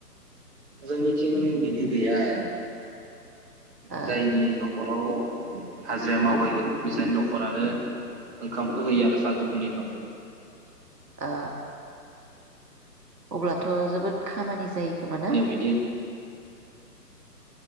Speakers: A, on the right; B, on the right.
A: जोंनिथिं बिदि गैया
B: ओ
A: जायनि न'खराव हाजिरा मावहैगोन बिसानि न'खरानो ओंखामखौ होयो आरो सानजौफुंनि ओंखामखौ
B: ओ अब्लाथ' जोबोद खामानि जायो खोमा
A: जोंनियाव
B: ना
A: बिदि